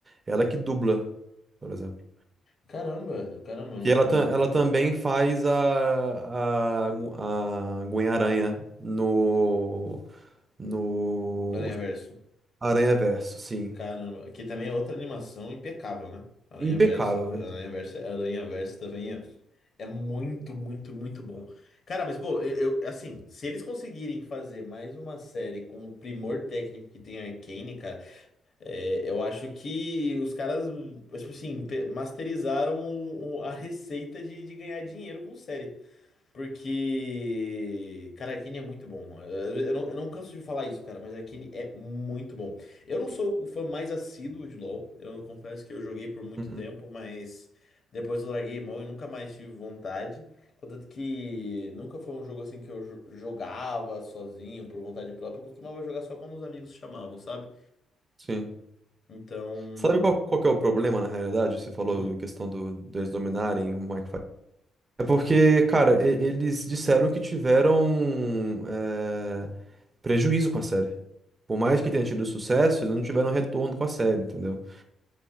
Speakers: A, on the right (about 30°); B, on the left (about 50°).
A: Ela que dubla, por exemplo.
B: Caramba, caramba, eu
A: Que
B: não
A: ela,
B: fui
A: ta-
B: no,
A: ela também faz a, a, a Gwen-Aranha no, no
B: no Aranhaverso.
A: Aranha-Verso, sim.
B: Caramba, que também é outra animação impecável, né? Aranhaverso,
A: Impecável.
B: Aranhaverso,
A: né?
B: Aranhaverso também é, é muito, muito, muito bom. Cara, mas pô, eu, eu- assim, se eles conseguirem fazer mais uma série com o primor técnico que tem a Arcane, cara. É, eu acho que os caras, tipo assim, pe- masterizaram o- a receita de, de ganhar dinheiro com série. Porque, cara, Arcane é muito bom. Eu, eu não, eu não canso de falar isso, cara, mas Arcane é muito bom. Eu não sou o fã mais assíduo de LoL. Eu confesso que eu joguei por muito
A: Uhum,
B: tempo, mas depois eu larguei mão e nunca mais tive vontade. Contanto que nunca foi um jogo assim que eu jo- jogava sozinho, por vontade própria. Eu costumava jogar só quando os amigos chamavam, sabe?
A: Sim.
B: Então.
A: Sabe qual, qual que é o problema, na realidade? Você falou
B: Hum.
A: em questão do, deles dominarem o Mike É porque, cara, e- eles disseram que tiveram é, prejuízo com a série. Por mais que tenha tido sucesso, eles não tiveram retorno com a série, entendeu?